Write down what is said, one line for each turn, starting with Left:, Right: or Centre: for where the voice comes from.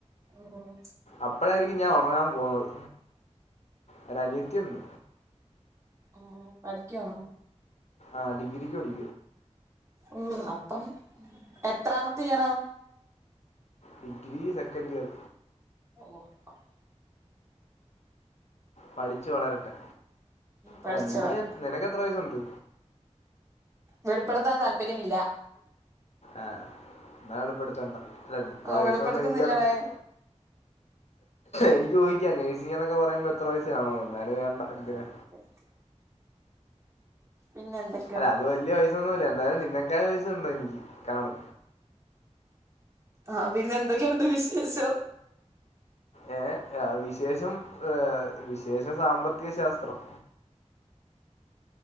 Right: ഓഹ്!.
Left: അപ്പോഴായിരിക്കും ഞാൻ ഒറങ്ങാൻ പോകുന്നത്. അല്ല, അനിയത്തിണ്ട്.
Right: ഓഹ്! പഠിക്യണോ?
Left: ആഹ്, ഡിഗ്രിക്ക് പഠി
Right: ഓഹ്! അപ്പം, എത്രാമത്തെ ഇയറാ?
Left: Degree second year.
Right: <inaudible>
Left: പഠിച്ചു വളരട്ടെ.
Right: പഠിച്ച്
Left: അല്ല നീയ്,
Right: വളർന്ന്
Left: നിനക്ക് എത്ര വയസുണ്ട്?
Right: വെളിപ്പെടുത്താൻ താല്പര്യമില്ല.
Left: ആഹ്, എന്നാ വെളിപ്പെടുത്തണ്ട. അല്ല എന്റെ
Right: ഓ
Left: വയസ്സുണ്ടെങ്ങി
Right: വെളിപ്പെടുത്തുന്നില്ലടേ
Left: കൊറച്ച് എനിക്ക് ഊഹിക്കാം, നേയ്‌സിങ്‌ ന്നൊക്കെ പറയുമ്പോ എത്ര വയസ്സ്കാണുന്ന്. എന്നാലും വേണ്ട.
Right: <unintelligible>
Left: എന്തിനാ
Right: പിന്നെ എന്തെ
Left: അല്ല അത് വലിയ വയസൊന്നുവല്ല. എന്തായാലും നിന്നക്കായും വയസ്സൊണ്ടെനിക്. കാണു
Right: ആഹ്, പിന്നെ എന്തൊക്കെയുണ്ട് വിശേഷം?
Left: ഏഹ്! വിശേഷം, ഏഹ് വിശേഷം സാമ്പത്തിക ശാസ്ത്രം.